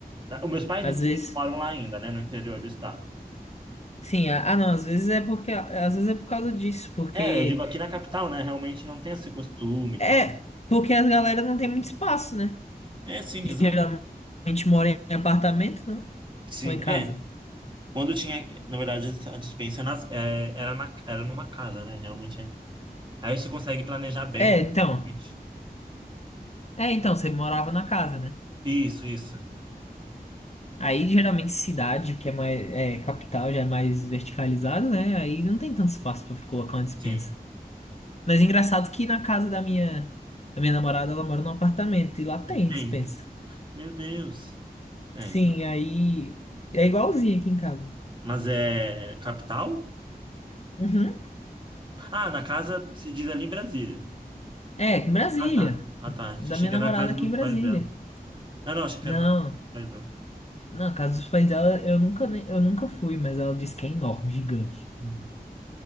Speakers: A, on the right; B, on the left.
A: Da- Os meus pais,
B: Às
A: inclusive,
B: vezes.
A: moram lá ainda, né? No interior do estado.
B: Sim, ah, ah, não, às vezes é porque. Às vezes é por causa disso, porque.
A: É, eu digo aqui na capital, né? Realmente não tem esse costume e
B: É,
A: tal.
B: porque as galera não tem muito espaço, né?
A: É, sim, exato.
B: Geralmente mora em apartamento, não?
A: Sim,
B: Ou em casa?
A: é. Quando tinha, na verdade, a dispensa nas- é, era, na, era numa casa, né? Realmente. é. Aí você consegue planejar bem,
B: É,
A: né?
B: então.
A: Realmente.
B: É, então, você morava na casa, né?
A: Isso, isso.
B: Aí, geralmente, cidade, que é mais, é, capital, já é mais verticalizado, né? Aí não tem tanto espaço pra colocar uma despensa.
A: Sim.
B: Mas engraçado que na casa da minha, da minha namorada, ela mora num apartamento e lá tem
A: Tem.
B: despensa.
A: Meu Deus. É.
B: Sim, aí é igualzinho aqui em casa.
A: Mas é capital?
B: Uhum.
A: Ah, na casa se diz ali em Brasília.
B: É, em Brasília.
A: Ah, tá. Ah, tá. Achei
B: Da minha
A: que
B: namorada
A: era na casa
B: aqui
A: dos
B: em Brasília.
A: pais dela. Ah, não, achei que
B: Não.
A: era na casa dos pais dela.
B: Não, a casa dos pais dela, eu nunca, nem- eu nunca fui, mas ela disse que é enorme, gigante.
A: Hum.